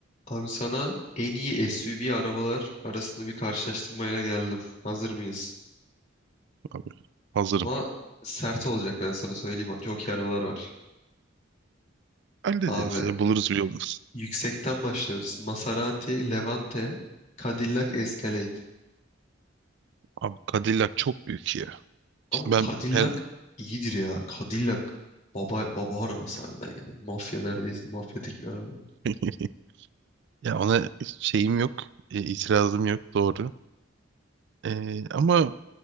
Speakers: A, on the left; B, on the right.
A: Abi sana en iyi SUV arabalar arasında bir karşılaştırmayla geldim. Hazır mıyız?
B: Abi hazırım.
A: Ama sert olacak ben sana söyleyeyim. Çok iyi arabalar var.
B: Hallederiz
A: Abi
B: ya buluruz bir yolunu.
A: yüksekten başlıyoruz. Maserati, Levante, Cadillac Escalade.
B: Abi Cadillac çok büyük ya.
A: Ama
B: Şimdi ben
A: Cadillac
B: her-
A: iyidir ya. Cadillac baba baba arabası harbiden yani. Mafya neredeyse mafyatik bir araba.
B: <laughs> ya ona şeyim yok. e, itirazım yok doğru. E, ama